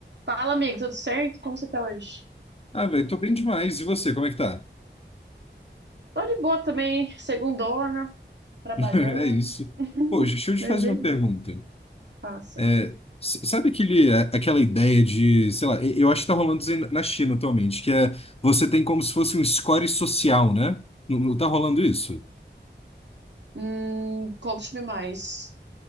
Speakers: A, on the right; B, on the left.
A: Fala, amigo, tudo certo? Como você tá hoje?
B: Ah, velho, tô bem demais. E você, como é que tá?
A: Tô de boa também, segundona, trabalhando.
B: <laughs> É isso.
A: <laughs>
B: Poxa, deixa eu te
A: Mas
B: fazer
A: é,
B: uma
A: isso,
B: pergunta.
A: passa.
B: É, s- sabe aquele, a- aquela ideia de, sei lá, e- eu acho que tá rolando isso aí na China atualmente, que é você tem como se fosse um score social, né? Não, não tá rolando isso?
A: Hum, conte-me mais.